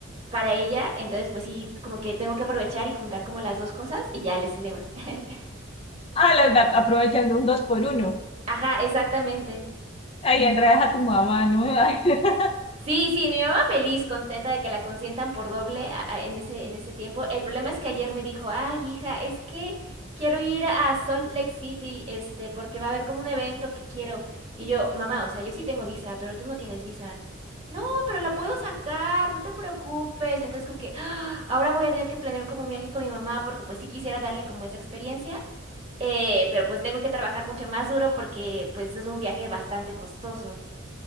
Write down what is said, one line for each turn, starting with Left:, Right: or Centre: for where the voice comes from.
Right: para ella. Entonces, pues sí, como que tengo que aprovechar y juntar como las dos cosas y ya les celebro. <laughs>
Left: Ah, las da- aprovechando un dos por uno.
Right: Ajá, exactamente.
Left: Ahí enredas a tu mamá, ¿no? <laughs>
Right: Sí, sí, mi mamá feliz, contenta de que la consientan por doble a- a- en ese, en ese tiempo. El problema es que ayer me dijo, ay, hija, es que quiero ir a Salt Lake City, este, porque va a haber como un evento que quiero. Y yo, mamá, o sea, yo sí tengo visa, pero tú no tienes visa. No, pero la puedo sacar, no te preocupes. Entonces, como que "Ah, ahora voy a tener que planear como un viaje con mi mamá, porque pues sí quisiera darle como esa experiencia, eh, pero pues tengo que trabajar mucho más duro porque pues es un viaje bastante costoso.